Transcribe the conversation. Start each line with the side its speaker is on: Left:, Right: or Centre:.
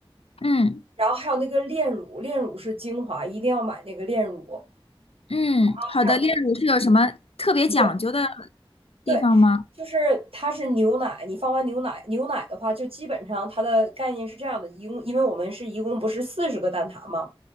Left: 嗯
Right: 然后还有那个炼乳，炼乳是精华，一定要买那个炼乳。
Left: 嗯，
Right: 然后还有那个
Left: 好的。炼乳是有什么特别讲究的
Right: 对，
Left: 地方吗？
Right: 对，就是它是牛奶，你放完牛奶，牛奶的话，就基本上它的概念是这样的，一共因为我们是一共不是四十个蛋挞嘛，